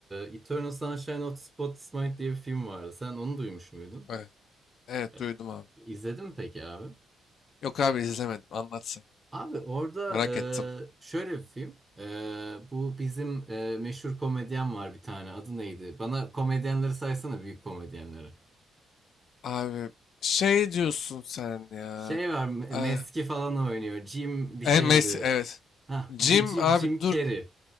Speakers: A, on the right; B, on the left.
A: e, Eternal Sunshine of the Spotless Mind diye bir film vardı. Sen onu duymuş muydun?
B: Evet, evet
A: E,
B: duydum abi.
A: İzledin mi peki abi?
B: Yok abi izlemedim. Anlat sen.
A: Abi orada
B: Merak ettim.
A: e, şöyle bir film. E, bu bizim e, meşhur komedyen var bir tane. Adı neydi? Bana komedyenleri saysana büyük komedyenleri.
B: Abi şey diyorsun sen ya.
A: Şey var M-
B: Eh,
A: Meski falan oynuyor. Jim bir
B: en
A: şeydi.
B: mes evet.
A: Ha,
B: Jim
A: Jim,
B: abi
A: Jim
B: dur.
A: Carrey.